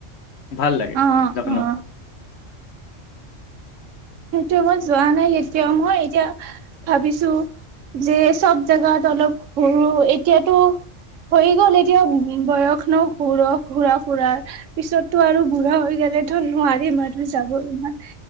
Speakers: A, on the left; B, on the right.
A: ভাল লাগে
B: অ',
A: লক্ষ্ণৌ।
B: অ'। সেইটো মই যোৱা নাই কেতিয়াও, মই এতিয়া ভাবিছো যে চব জেগাত অলপ ফুৰোঁ, এতিয়াতো হৈ গ'ল এতিয়া বয়স ন ঘুৰ ঘূৰা-ফুৰাৰ। পিছতটো আৰু বুঢ়া হৈ গলে ধৰ নোৱাৰিম আৰু যাব ইমান।